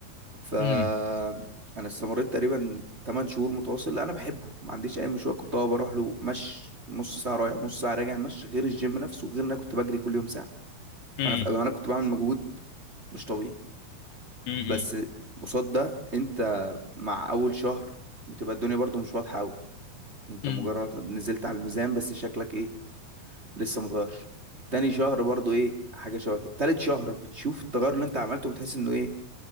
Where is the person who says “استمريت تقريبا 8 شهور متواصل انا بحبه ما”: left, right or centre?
Right